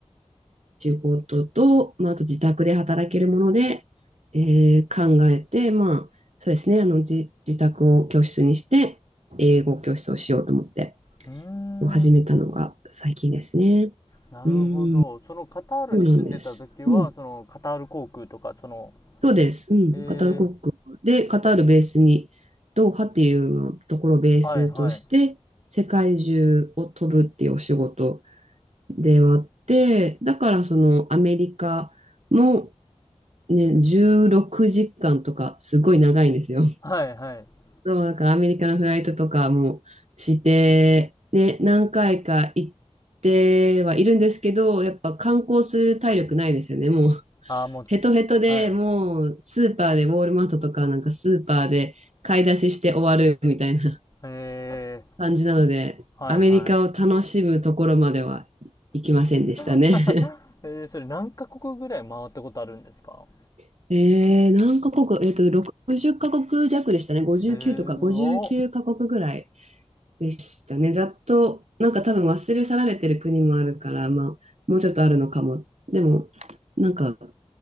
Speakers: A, on the right (about 70°); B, on the left (about 30°).
A: 事と、まあ、あと自宅で働けるもので、えー考えて、まあ、そうですね、あの自、自宅を教室にして、英語教室をしようと思って、
B: うん。
A: そう始めたのが最近ですね。
B: うーん、なるほど。
A: うん、
B: そのカタールに住んでた時は、
A: そうなんです。うん。
B: そのカタール航空とか、その、
A: そうです。うん。
B: ええ
A: カタール国で、カタールベースに、ドーハっていうところをベースとして、
B: はいはい。
A: 世界中を飛ぶっていうお仕事ではあって、だからそのアメリカもね、16時間とかすごい長いんですよ。
B: はいはい。
A: そう、だからアメリカのフライトとかもして、ね、何回か行ってはいるんですけど、やっぱ観光する体力ないですよね、もう。
B: ああ、もうつ、
A: ヘトヘトでもうスーパーでウォールマートとかなんかスーパーで買い出しして終わるみたいな
B: はい。へえ、
A: <laughs> 感じなので、
B: はいはい。
A: アメリカを楽しむところまでは行きませんでしたね。
B: <laughs> えー、それ何カ国ぐらい回ったことあるんですか
A: <laughs> えー、何カ国、えっと、60カ国弱でしたね。
B: すご、
A: 59とか59カ国ぐらいでしたね。ざっと、なんか多分忘れ去られてる国もあるから、まあ、もうちょっとあるのかも。でも、なんか